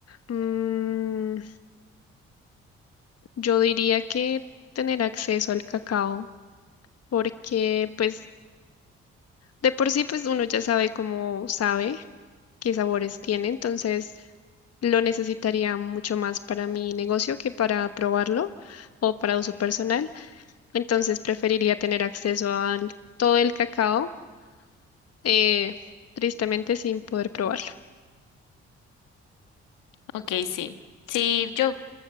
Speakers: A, on the left; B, on the left.
A: Mm, yo diría que tener acceso al cacao, porque pues de por sí pues uno ya sabe cómo sabe. qué sabores tiene, entonces lo necesitaría mucho más para mi negocio que para probarlo o para uso personal. Entonces preferiría tener acceso a todo el cacao, eh, tristemente sin poder probarlo.
B: Ok, sí. Sí, yo,